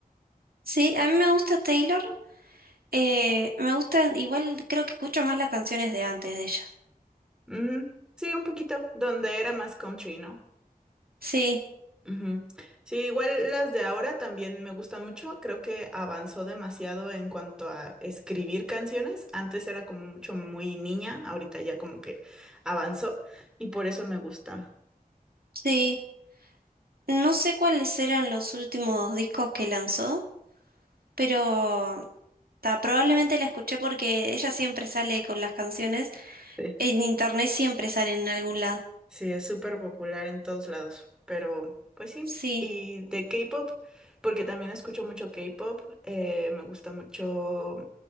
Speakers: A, on the right; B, in the centre.
A: sí, a mí me gusta Taylor. eh, me gustan, igual creo que escucho más las canciones de antes de ella.
B: <laughs> Ujú. Sí, un poquito, donde era más country, ¿no?
A: Sí,
B: Ujú. Sí, igual las de ahora también me gustan mucho. Creo que avanzó demasiado en cuanto a escribir canciones. Antes era como mucho muy niña, ahorita ya como que avanzó y por eso me gusta.
A: sí. No sé cuáles eran los últimos discos que lanzó, pero Ta, probablemente la escuché porque ella siempre sale con las canciones.
B: Sí,
A: En internet siempre salen en algún lado.
B: sí, es súper popular en todos lados. Pero, pues sí.
A: Sí,
B: Y de K-pop, porque también escucho mucho K-pop, eh, me gusta mucho.